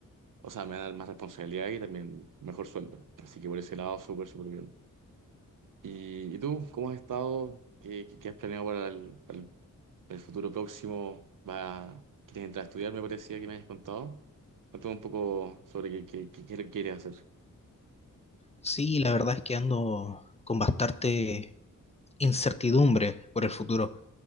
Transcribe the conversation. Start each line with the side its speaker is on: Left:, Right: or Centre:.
Right: o sea, me va a dar más responsabilidad y también mejor sueldo. Así que por ese lado, súper, súper bien. ¿Y, y tú, cómo has estado? ¿Qué, qué, qué has planeado para el, para el, para el futuro próximo? ¿Va, quieres entrar a estudiar? Me parecía que me habías contado. Cuéntame un poco sobre qué, qué, qué qué quieres hacer.
Left: Sí, la verdad es que ando con bastante incertidumbre por el futuro.